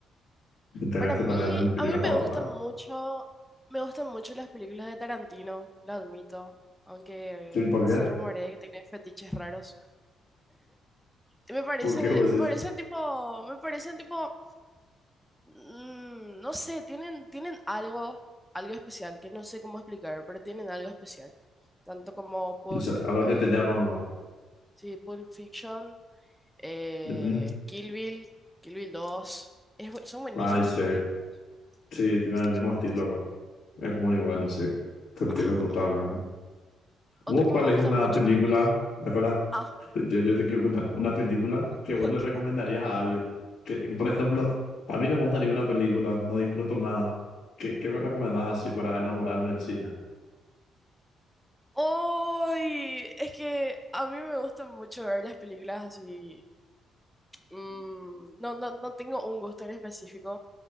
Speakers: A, on the left; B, in the centre.
A: tenés
B: Para mí,
A: que tener mi película
B: a mí me
A: favorita.
B: gustan mucho, me gustan mucho las películas de Tarantino, lo admito, aunque
A: ¿Sí?
B: eh,
A: ¿Por qué?
B: se rumorea que tiene fetiches raros. Y me parece,
A: ¿Por qué vos
B: me
A: decís?
B: parecen tipo, me parecen tipo, mm, no sé, tienen, tienen algo, algo especial, que no sé cómo explicar, pero tienen algo especial. Tanto como Pulp,
A: O sea, a lo que
B: ok,
A: te llama nomás.
B: sí, Pulp Fiction. eh,
A: Ujú.
B: Kill Bill, Kill Bill dos, Es bu- son buenísimas
A: Ay, sí,
B: sus películas,
A: sí, tiene el mismo
B: son buenísimas.
A: estilo. Es muy bueno, sí. Contigo
B: <clears throat>
A: totalmente. ¿Vos
B: Otro que
A: cuál
B: me gusta
A: es una
B: mucho
A: película,
B: también es...
A: es verdad,
B: Ah,
A: yo, yo te quiero preguntar, una película que
B: <laughs>
A: vos
B: ok.
A: le recomendarías a alguien. Que, por ejemplo, a mí no me gusta ninguna película, no disfruto nada. ¿Qué, qué me recomendás así para enamorarme en cine?
B: ¡Ay! Es que a mí me gusta mucho ver las películas así... mm, no, no, no tengo un gusto en específico,